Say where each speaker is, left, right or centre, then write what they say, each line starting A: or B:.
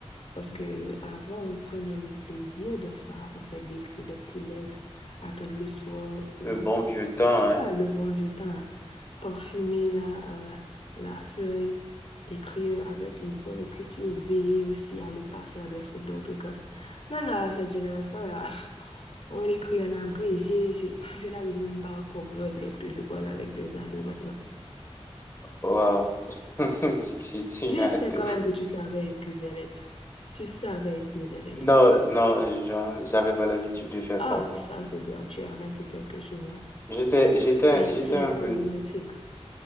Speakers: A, on the left; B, on the left.
A: Parce que avant, on prenait le plaisir de ça, en fait, d'écrire des petites lettres, attendre le soir pour
B: le bon vieux temps, hein.
A: ouais, le bon jetin, parfumer la, euh, la feuille, écrire avec une bonne écriture, veiller aussi à ne pas faire des fautes d'orthographe. Maintenant, cette génération-là, <laughs> on écrit en abrégé, j'ai- je n'arrive même pas à comprendre lorsque je parle avec des ados maintenant.
B: Waouh. <laughs> Dixit Sinatra.
A: Je sais quand même que tu savais écrire des lettres. Tu savais écrire des lettres.
B: Non, non, je- j'avais pas l'habitude de faire
A: Ah,
B: ça, moi.
A: ça c'est grave, tu as raté quelque chose, hein.
B: J'étais, j'étais,
A: Tu n'es
B: j'étais
A: tu n'es
B: un
A: pas
B: peu,
A: romantique.